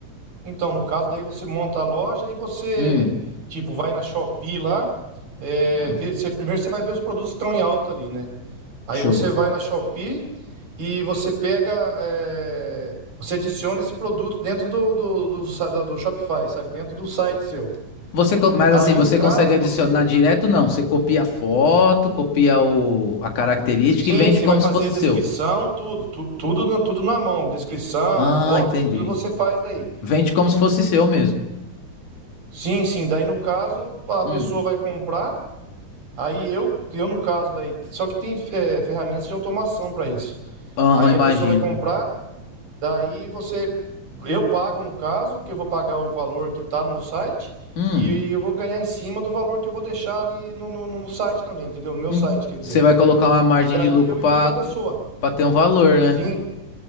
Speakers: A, on the right; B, on the left.
A: Então, no caso, daí você monta a loja e você,
B: Hum,
A: tipo, vai na Shopee lá, é,
B: hum,
A: vê- você- primeiro você vai ver os produtos que estão em alta ali, né? Aí
B: show.
A: você vai na Shopee e você pega, é, você adiciona esse produto dentro do, do, do, sa- do- do Shopify, sabe? Dentro do site seu.
B: Você, co- mas
A: Aí,
B: assim, você
A: no caso,
B: consegue adicionar
A: você...
B: direto? Não, você copia a foto, copia o, a característica
A: Sim,
B: e vende
A: você
B: como
A: vai fazer
B: se fosse
A: a descrição,
B: seu.
A: tudo, tu- tudo, na- tudo na mão, descrição,
B: Ah,
A: foto,
B: entendi.
A: tudo você faz daí.
B: Vende como se fosse seu mesmo.
A: Sim, sim, daí no caso a
B: Hum.
A: pessoa vai comprar, Aí eu, eu no caso daí, só que tem é, ferramentas de automação para isso.
B: Aham,
A: Aí
B: imagino.
A: a pessoa vai comprar, daí você, eu pago no caso, que eu vou pagar o valor que está no site
B: Hum.
A: e eu vou ganhar em cima do valor que eu vou deixar ali no, no, no site também, entendeu? No meu
B: Hum,
A: site, quer dizer.
B: Você vai colocar uma margem
A: E daí
B: de lucro
A: eu
B: para
A: envio para a pessoa.
B: para ter um valor, né?
A: Sim,